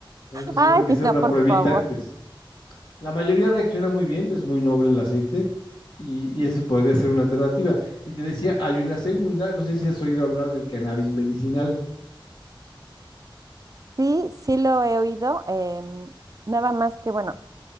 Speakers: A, on the left (about 70°); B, on the right (about 40°).
A: Por eso siempre
B: Ay,
A: hay que hacer
B: no,
A: una
B: por
A: pruebita
B: favor.
A: antes. La mayoría reacciona muy bien, es muy noble el aceite y, y esa podría ser una alternativa. Y te decía, hay una segunda, no sé si has oído hablar del cannabis medicinal.
B: Sí, sí lo he oído. em, nada más que, bueno,